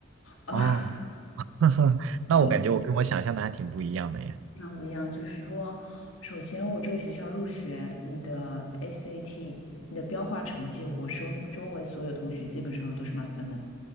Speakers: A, on the left; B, on the right.
A: 啊，
B: 哦。<laughs> 那我感觉我跟我想象的还挺不一样的耶。
A: 对，非常不一样。就是说，首先我这个学校入学，你的 SAT，你的标化成绩，我周周围所有同学基本上都是满分的，